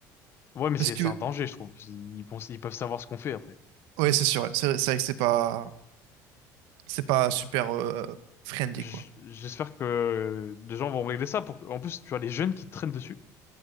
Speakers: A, on the left (about 35°); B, on the right (about 80°).
A: Ouais mais
B: Parce
A: c'est
B: que
A: c'est un danger je trouve. Ils, pensent- ils peuvent savoir ce qu'on fait après.
B: Ouais, c'est sûr. ouais. C'est c'est vrai que c'est pas, c'est pas super euh, friendly,
A: J-
B: quoi.
A: J'espère que des gens vont régler ça pour que... En plus tu vois les jeunes qui traînent dessus.